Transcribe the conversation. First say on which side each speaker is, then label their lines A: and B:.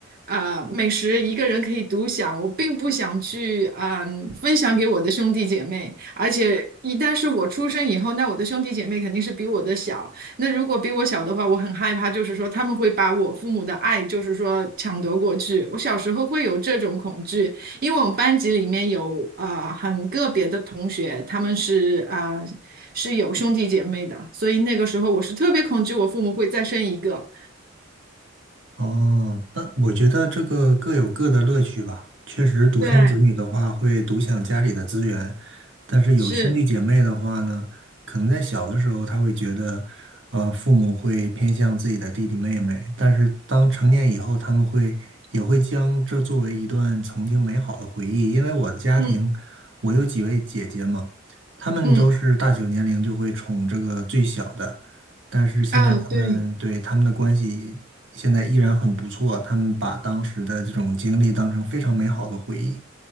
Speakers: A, on the right; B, on the right.
A: 呃，美食一个人可以独享，我并不想去嗯、分享给我的兄弟姐妹。而且一旦是我出生以后，那我的兄弟姐妹肯定是比我的小。那如果比我小的话，我很害怕，就是说他们会把我父母的爱，就是说抢夺过去。我小时候会有这种恐惧，因为我们班级里面有啊、呃很个别的同学，他们是啊、呃是有兄弟姐妹的，所以那个时候我是特别恐惧我父母会再生一个。
B: 哦，那我觉得这个各有各的乐趣吧。确实，独生子女的话会独享家里的资源，
A: 对，
B: 但是有兄弟姐妹的话呢，
A: 是，
B: 可能在小的时候他会觉得，呃，父母会偏向自己的弟弟妹妹，但是当成年以后，他们会也会将这作为一段曾经美好的回忆。因为我的家庭，
A: 嗯
B: 我有几位姐姐嘛，他们都是大小年龄就会宠这个最小的。
A: 嗯
B: 但是现在他们对他们的关系现在依然很不错，
A: 啊，对。
B: 他们把当时的这种经历当成非常美好的回忆。